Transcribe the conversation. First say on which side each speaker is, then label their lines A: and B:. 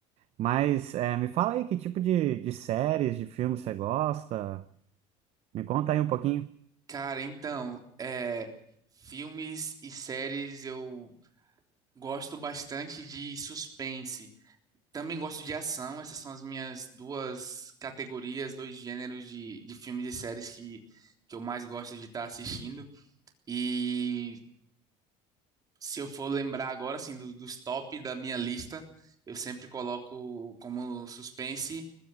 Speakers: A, on the right; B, on the right.
A: Mas é, me fala aí que tipo de, de séries, de filmes você gosta? Me conta aí um pouquinho.
B: Cara, então, é, filmes e séries eu gosto bastante de suspense. Também gosto de ação, essas são as minhas duas categorias, dois gêneros de, de filmes e séries que, que eu mais gosto de estar assistindo. E se eu for lembrar agora, assim, do- dos top da minha lista, eu sempre coloco como suspense